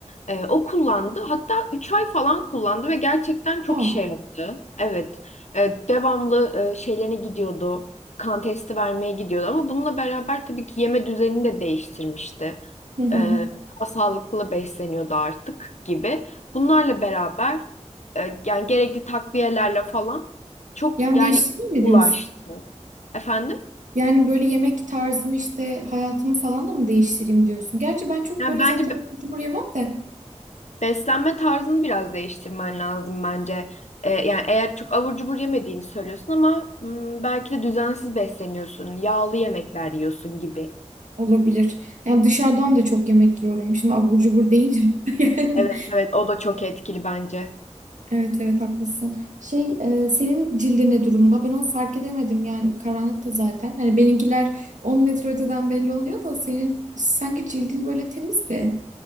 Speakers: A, on the left; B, on the right.
A: Ee, o kullandı hatta 3 ay falan kullandı ve gerçekten çok
B: Aa.
A: işe yaradı. Evet Ee, devamlı e, şeylerine gidiyordu kan testi vermeye gidiyordu ama bununla beraber tabii ki yeme düzenini de değiştirmişti.
B: Hı hı.
A: Ee, daha sağlıklı besleniyordu artık gibi. Bunlarla beraber e, yani gerekli takviyelerle falan çok
B: Yani
A: yani
B: değiştireyim mi
A: ulaştı.
B: diyorsun?
A: Efendim?
B: Yani böyle yemek tarzımı işte hayatımı falan da mı değiştireyim diyorsun? Gerçi ben çok
A: Yani
B: böyle
A: bence
B: zaten
A: be-
B: abur cubur yemem de
A: beslenme tarzını biraz değiştirmen lazım bence. Ee, yani eğer çok abur cubur yemediğini söylüyorsun ama hmm, belki de düzensiz besleniyorsun, yağlı yemekler yiyorsun gibi.
B: Olabilir. Yani dışarıdan da çok yemek yiyorum. Şimdi abur cubur deyince <laughs> yani.
A: Evet evet o da çok etkili bence.
B: Evet evet haklısın. Şey e, senin cildi ne durumda? Ben onu fark edemedim yani karanlıkta zaten. Hani benimkiler 10 metre öteden belli oluyor da senin sanki cildin böyle temizdi.